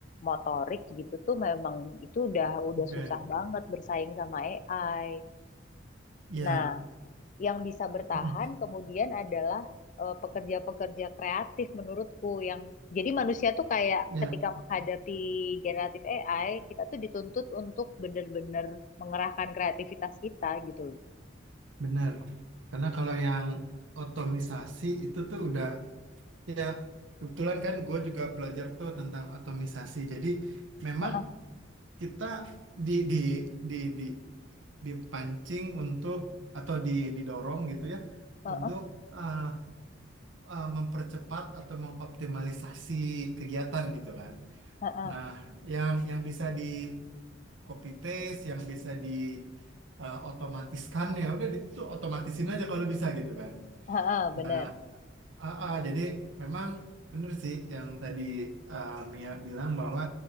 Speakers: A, on the left; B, on the right.
A: motorik gitu tuh memang itu udah udah
B: Oke,
A: susah banget bersaing sama AI.
B: Ya,
A: Nah, yang bisa bertahan
B: mhm,
A: kemudian adalah eh, pekerja-pekerja kreatif menurutku yang jadi manusia tuh kayak
B: ya
A: ketika menghadapi generatif AI, kita tuh dituntut untuk bener-bener mengerahkan kreativitas kita gitu loh.
B: benar. Karena kalau yang otomisasi itu tuh udah ya kebetulan kan gue juga belajar tuh tentang otomisasi. Jadi memang
A: Heeh,
B: kita di di di di dipancing untuk atau di, didorong gitu ya
A: heeh,
B: untuk ah, ah, mempercepat atau mengoptimalisasi kegiatan gitu kan.
A: heeh,
B: Nah, yang yang bisa di copy paste yang bisa di eh, otomatiskan ya udah di- itu otomatisin aja kalau bisa gitu kan.
A: heeh, bener,
B: Nah, ah, ah, jadi memang bener sih yang tadi eh, Mia bilang bahwa